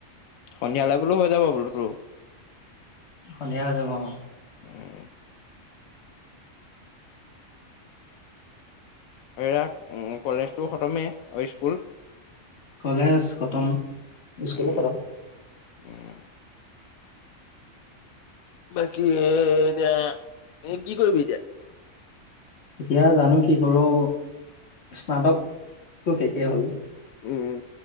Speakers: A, on the left; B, on the left.
A: সন্ধিয়ালৈ বোলো হৈ যাব বোলোতো।
B: সন্ধিয়া হৈ যাব অ'।
A: <unintelligible> এইয়া কলেজটো খতমেই আৰু স্কুল
B: কলেজ খটম, ইস্কুলো
A: উম
B: খটম।
A: উম। বাকী এ এতিয়া এ কি কৰিবি এতিয়া?
B: এতিয়া জানো কি কৰোঁ। স্নাতকটো শেষে হ'ল।
A: উম।